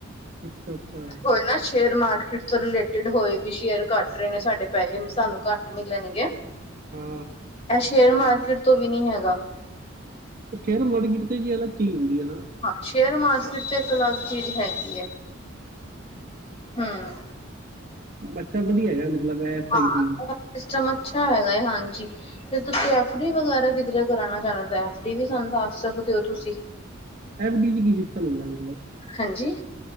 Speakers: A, on the right; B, on the left.
A: ਅੱਛਾ ਅੱਛਾ
B: ਹੋਇਆ ਅ ਸ਼ੇਅਰ ਮਾਰਕੀਟ ਤੋਂ ਰਿਲੇਟਿਡ ਹੋਏ ਵੀ ਸ਼ੇਅਰ ਕੱਟ ਰਹੇ ਨੇ, ਸਾਡੇ ਪੈਸੇ ਵੀ ਸਾਨੂੰ ਘੱਟ ਮਿਲਣਗੇ।
A: ਹੂੰ।
B: ਸ਼ੇਅਰ ਮਾਰਕੀਟ ਤੋਂ ਵੀ ਨੀ ਹੈਗਾ।
A: ਸ਼ੇਅਰ ਮਾਰਕੀਟ ਤੇ ਜੀ, ਅਲਗ ਚੀਜ਼ ਹੁੰਦੀ ਐ ਨਾ।
B: ਹਾਂ ਸ਼ੇਅਰ ਮਾਰਕੀਟ ਤੇ ਇੱਕ ਅਲੱਗ ਚੀਜ਼ ਹੈਗੀ ਹੈ ਹੂੰ।
A: ਬੱਚਾ ਵਧੀਆ ਹੈਗਾ। ਮਤਲਬ ਐਸ
B: ਹਾਂ।
A: ਆਈ ਪੀ
B: ਓਹ ਸਿਸਟਮ ਅੱਛਾ ਹੈਗਾ ਏ। ਹਾਂਜੀ। ਤੇ ਤੁਸੀਂ ਐਫ ਡੀ ਵਗੈਰਾ ਕਿਧਰੇ ਕਰਾਉਣਾ ਚਾਹੁੰਦੇ ਹੋ ਐਫ ਡੀ ਵੀ ਸਾਨੂੰ ਦੱਸ ਸਕਦੇ ਹੋ ਤੁਸੀਂ
A: ਐਫ ਡੀ 'ਚ ਕੀ ਸਿਸਟਮ ਹੁੰਦਾ ਮਤਲਬ?
B: ਹਾਂਜੀ।